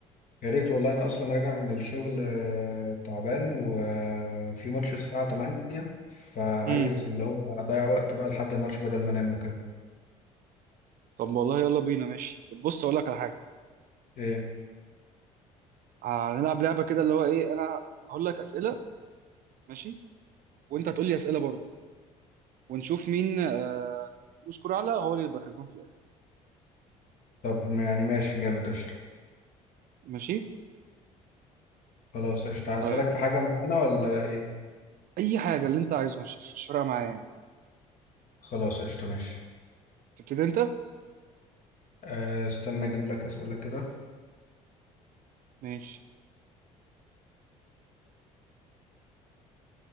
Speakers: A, on the left; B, on the right.
A: يا ريت والله انا اصلا راجع من الشغل آه، تعبان وفي ماتش الساعة 8 فعايز
B: امم
A: اللي هو اضيع وقت بقى لحد الماتش بدل ما انام وكده
B: طب والله يلا بينا ماشي طب بص اقول لك على حاجه
A: ايه
B: هنلعب لعبه كده اللي هو ايه انا هقول لك اسئله ماشي وانت هتقول لي اسئله برضه ونشوف مين أه يسكر اعلى هو اللي يبقى كسبان في الاخر
A: طب ما- يعني ماشي جامد قشطة
B: ماشي
A: خلاص قشطة
B: طيب
A: اسالك في حاجة معينة ولا ايه
B: اي حاجه اللي انت عايزه مش مش فارقه معايا يعني.
A: خلاص قشطة ماشي
B: تبتدي انت
A: آه، استنى اجيب لك اسئلة كده
B: ماشي